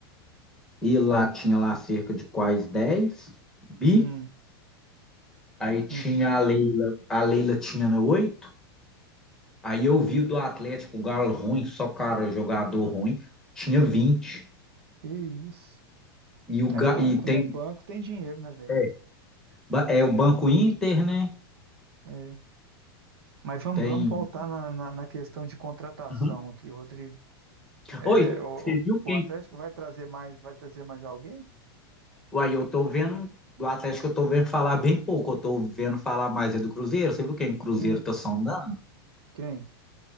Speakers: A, in the centre; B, on the right.
A: e lá tinha lá cerca de quase dez bi,
B: Hum,
A: aí tinha
B: uhum.
A: a Leila, a Leila tinha né, oito aí eu vi o do Atlético, o Galo ruim, só cara, jogador ruim, tinha vinte
B: Que isso.
A: E, o,
B: É
A: Ga-
B: banco,
A: e tem
B: né? Banco tem dinheiro, né, velho?
A: é, ba- é o Banco Inter, né?
B: É. Mas vamos,
A: Tem.
B: vamos voltar na, na, na questão de contratação
A: Aham.
B: aqui, Rodrigo. É,
A: Oi,
B: o,
A: você
B: o
A: viu quem?
B: o Atlético vai trazer mais, vai trazer mais alguém?
A: Uai, eu tô vendo do Atlético, eu tô vendo falar bem pouco. Eu tô vendo falar mais é do Cruzeiro. Você viu quem o Cruzeiro
B: Hum,
A: tá sondando?
B: quem?